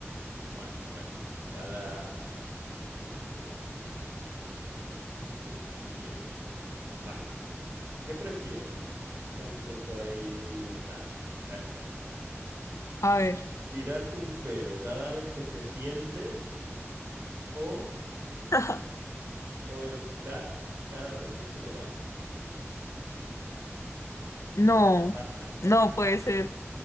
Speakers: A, on the right; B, on the left.
A: Bueno, bueno, bueno, cada quien tiene su, su opinión. Vale. ¿Qué prefieres? Está un poco ahí rara. <laughs>
B: A ver.
A: ¿Tirarte un pedo cada vez que te sientes o,
B: <laughs>
A: o eructar cada vez que te levantes?
B: No,
A: <laughs>
B: no puede ser.